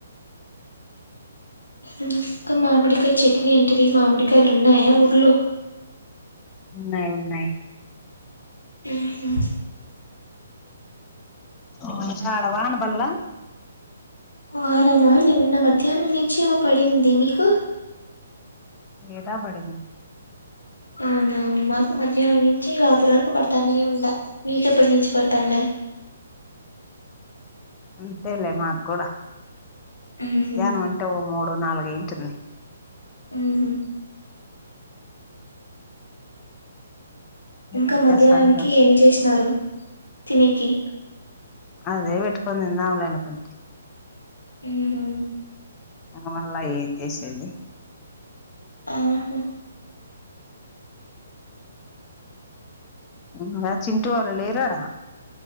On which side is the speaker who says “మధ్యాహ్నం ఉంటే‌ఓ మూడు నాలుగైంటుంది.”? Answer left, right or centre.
Left